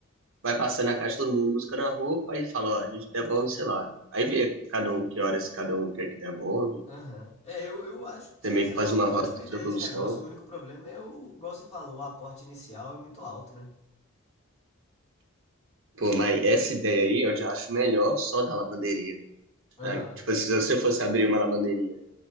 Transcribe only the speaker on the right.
vai passando na casa de todo mundo buscando a roupa e fala, ó, a gente devolve, sei lá. Aí vê cada um que horas cada um quer que devolve.
Você
meio que
faz
uma
rota de
devolução.
Pô, mas essa ideia aí eu já acho melhor só da lavanderia.
tá? Tipo assim, se você fosse abrir uma lavanderia.